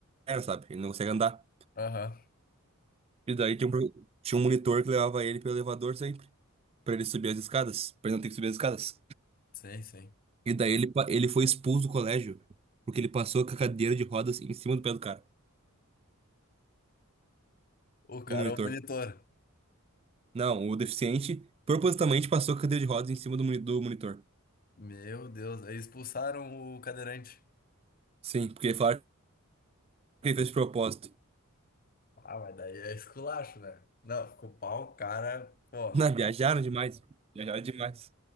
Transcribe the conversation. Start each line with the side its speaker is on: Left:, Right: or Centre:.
Right: sabe? Ele não consegue andar.
Left: Aham,
Right: E daí tinha um, pro- tinha um monitor que levava ele pelo elevador sempre, pra ele subir as escadas, pra ele não ter que subir as escadas.
Left: sim, sim.
Right: E daí ele, pa- ele foi expulso do colégio, porque ele passou com a cadeira de rodas em cima do pé do cara,
Left: O cara
Right: do monitor.
Left: é o monitor.
Right: Não, o deficiente propositalmente passou com a cadeira de rodas em cima do, moni- do monitor.
Left: Meu Deus, aí expulsaram o cadeirante.
Right: Sim, porque falaram que ele fez de propósito.
Left: Ah, mas daí é esculacho, né? Não, ficou pau, o cara, pô.
Right: Não, viajaram demais. Viajaram demais.